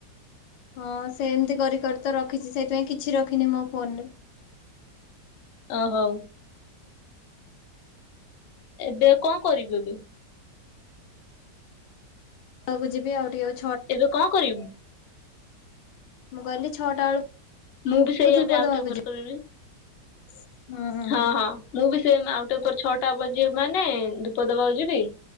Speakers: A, on the left; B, on the left.
A: ହଁ ସେ ଏମିତି କରି କରି ତ ରଖିଛି ସେଥିପାଇଁ କିଛି ରଖିନି ମୋ ଫୋନରେ।
B: ଓ ହଉ। ଏବେ କଣ କରିବୁ ଏବେ?
A: ହଉକୁ ଯିବି ଆଉିକ ଅଛି।
B: ଏବେ କଣ କରିବୁ?
A: ମୁଁ କହିଲି ଛଅଟା ବେଳକୁକୁ
B: ମୁଁ ବି ସେଇ
A: ଧୂପ
B: ଏବେ ଆଉ
A: ଦେବାକୁ
B: ଟିକେ ପରେ
A: ଯିବି।
B: କରିବି।
A: ହୁଁ ହୁଁ।
B: ହଁ ହଁ ମୁଁ ବି ସେ ଆଉଟେ ଉପ ଛଅଟା ବଜିବ ମାନେ ଧୂପ ଦବାକୁ ଯିବି